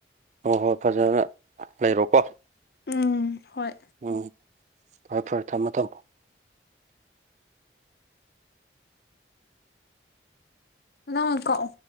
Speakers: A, on the right; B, on the left.
A: ꯍꯣꯏ ꯍꯣꯏ ꯐꯖꯅ ꯂꯩꯔꯣꯀꯣ
B: ꯎꯝ ꯍꯣꯏ
A: ꯎꯝ ꯐꯔꯦ ꯐꯔꯦ ꯊꯝꯃꯣ ꯊꯝꯃꯣ
B: ꯑꯅꯥ ꯀꯣꯑꯣ